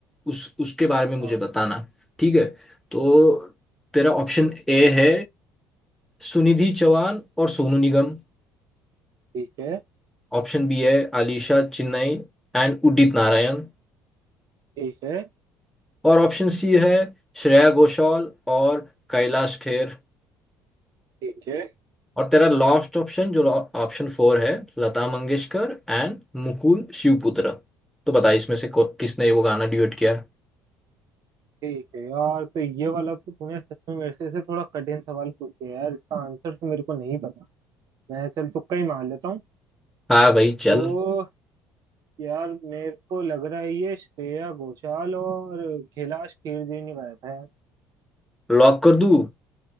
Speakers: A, in the centre; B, on the right (about 50°).
A: उस उसके बारे में मुझे
B: हाँ
A: बताना ठीक है तो तेरा ऑप्शन ए है सुनिधि चौहान और सोनू निगम
B: ठीक है
A: ऑप्शन बी है आलिशा चिन्नई एंड उदित नारायण
B: ठीक है
A: और ऑप्शन सी है श्रेया घोषाल और कैलाश खेर
B: ठीक है
A: और तेरा लास्ट ऑप्शन जो ऑप्शन फोर है लता मंगेशकर एंड मुकुल शिवपुत्र तो बता इसमें से को- किसने वो गाना ड्यूट किया है?
B: ठीक है यार तो ये वाला तो तूने सच में मेरे से ऐसे थोड़ा कठिन सवाल पूछे यार इसका आंसर तो मेरे को नहीं पता मैं चल तुक्का ही मार लेता हूँ
A: हाँ भाई चल
B: तो यार मेरे को लग रहा है ये श्रेया घोषाल और कैलाश खेर जी ने गाया था यार
A: लॉक कर दूं